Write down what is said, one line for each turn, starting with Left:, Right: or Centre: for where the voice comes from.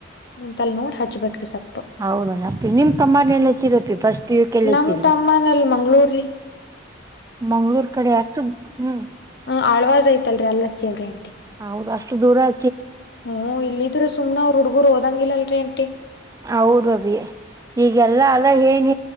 Left: ಅ ನೋಡ್ ಹಚ್ಬೇಕು ರೀ ಸರ್
Right: ಹೌದ ಅಪ್ಪಿ ನಿಮ್ ತಮ್ಮಾನ ಎಲ್ಲ ಹೆಚ್ಚಿರತಿ ಫಸ್ಟ್ ಇವಕ್ಕೆ ಎಲ್ಲ
Left: ನಮ್
Right: ಹೆಚ್ಚಿದ್ರಿ
Left: ತಮ್ಮನಲ್ಲಿ ಮಂಗ್ಳೂರ್ರಿ
Right: ಮಂಗ್ಳೂರ್ ಕಡೆ ಅಷ್ಟು ಹ್ಮ್
Left: ಹ ಆಳ್ವಾಜ್ಐತಲ್ರಿ ಅಲ್ಲಿ ಹಚ್ಚೇವ್ರೀಂಟಿ
Right: ಹೌದುಷ್ಟು ದೂರ ಆ
Left: ಹ್ಮ್ ಇಲ್ಲಿದ್ರೆ ಸುನೆ ಅವ್ರ ಹುಡ್ಗರು ಹಓದಂಗಿಲ್ಲಲ್ರರಿ ಅಂಟಿ
Right: ಹೌದಬಿ ಈಗೆಲ್ಲಾ ಅಲ್ಲ ಏನ್